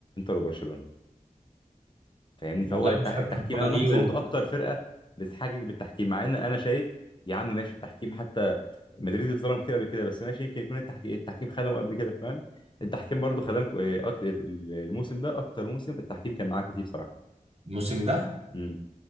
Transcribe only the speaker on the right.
والله
مش
فاكر الكوره
دي
الموسم ده